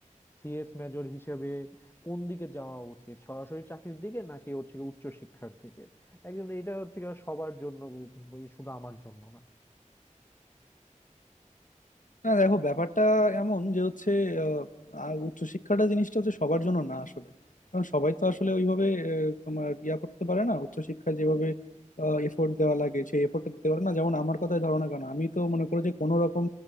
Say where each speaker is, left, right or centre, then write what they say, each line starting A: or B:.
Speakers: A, on the left; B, on the left.
A: সিএস মেজর হিসেবে কোন দিকে যাওয়া উচিত সরাসরি চাকরির দিকে নাকি হচ্ছে গিয়ে উচ্চশিক্ষার দিকে একদম এটা হচ্ছে গিয়ে সবার জন্য উম, শুধু আমার জন্য না
B: না দেখো ব্যাপারটা এমন যে হচ্ছে আহ, আহ, উচ্চশিক্ষাটা জিনিসটা হচ্ছে সবার জন্য না আসলে কারণ সবাই তো আসলে ওইভাবে আহ, তোমার ইয়া করতে পারে না উচ্চশিক্ষায় যেভাবে এফোর্ট দেওয়া লাগে সেই এফোর্টটা দিতে পারে না যেমন আমার কথাই ধরো না কেন আমি তো মনে করো যে কোনো রকম